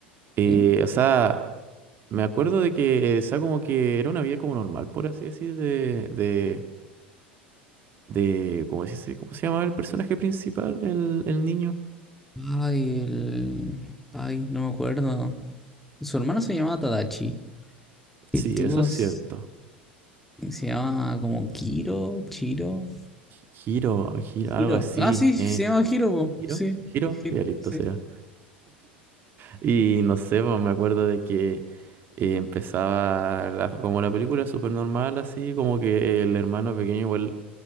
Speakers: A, on the right; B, in the centre.
A: eh,
B: ¿Eh?
A: o sea, me acuerdo de que, eh, o sea, como que era una vida como normal, por así decir, de, de, de, ¿cómo se dice? ¿Cómo se llamaba el personaje principal, el, el niño?
B: Ay, el... Ay, no me acuerdo. Su hermano se llamaba Tadachi. y
A: Sí,
B: El tipo
A: eso es
B: s-
A: cierto.
B: se llamaba como Kiro, Chiro,
A: Giro, giro, algo
B: Hiro.
A: así.
B: Ah, sí, se
A: Eh,
B: llama Hiro, po.
A: ¿Giro?
B: Sí,
A: ¿Giro?
B: Hiro,
A: Ya listo
B: sí.
A: será. Y no sé, pues me acuerdo de que eh, empezaba la- como la película súper normal, así como que el hermano pequeño igual